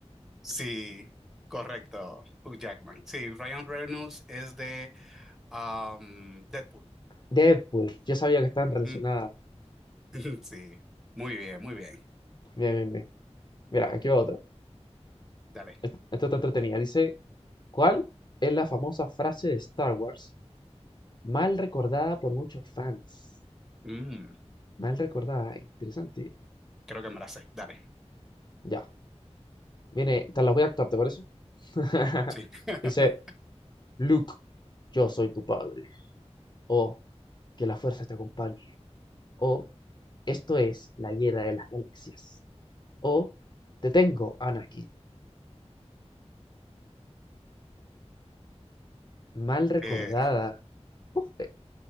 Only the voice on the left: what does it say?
Deadpool, yo sabía que estaban
relacionadas.
Bien, bien, bien. Mira, aquí va otra.
Est- Esta está entretenida. Dice, ¿cuál es la famosa frase de Star Wars mal recordada por muchos fans?
Mal recordada, eh, interesante.
Ya, viene, te las voy a actuar, ¿te parece? <laughs>
Dice, Luke, yo soy tu padre. O, que la fuerza te acompañe. O, esto es la guerra de las galaxias. O, te tengo, Anakin. Mal recordada.
Uf, eh,